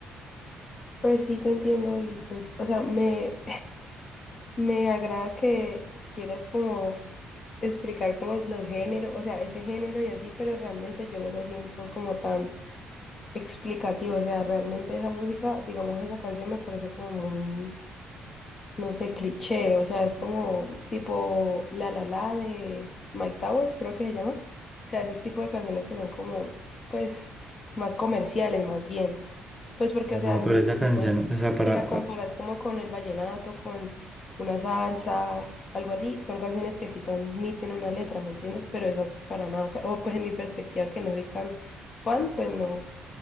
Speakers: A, on the left; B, in the centre.
A: Pues sí, te entiendo y pues, o sea, me, me agrada que quieras como explicar como los géneros, o sea, ese género y así, pero realmente yo no lo siento como tan explicativo, o sea, realmente esa música, digamos, esa canción me parece como muy, no sé, cliché, o sea, es como tipo La La La de Mike Towers, creo que se llama, o sea, ese tipo de canciones que son como, pues, más comerciales, más bien. Pues porque, o sea,
B: No,
A: n-
B: pero esa
A: digamos,
B: canción, o sea,
A: si
B: para,
A: la comparas como con el vallenato, con una salsa, algo así, son canciones que sí transmiten una letra, ¿me entiendes? Pero esas para nada, o sea, o pues en mi perspectiva que no soy tan fan, pues no,